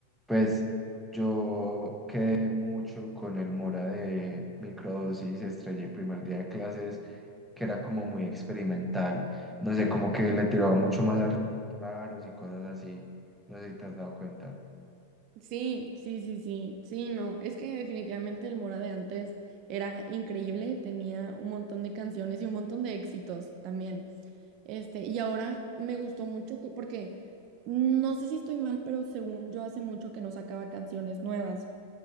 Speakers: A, in the centre; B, on the right.
A: pues yo quedé mucho con el Mora de microdosis, estrellé el primer día de clases, que era como muy experimental. No sé, como que le tiraba mucho más a ritmos raros y cosas así. No sé si te has dado cuenta.
B: Sí, sí, sí, sí, sí, no, es que definitivamente el Mora de antes era increíble, tenía un montón de canciones y un montón de éxitos también. Este, y ahora me gustó mucho que, porque no sé si estoy mal, pero según yo hace mucho que no sacaba canciones nuevas,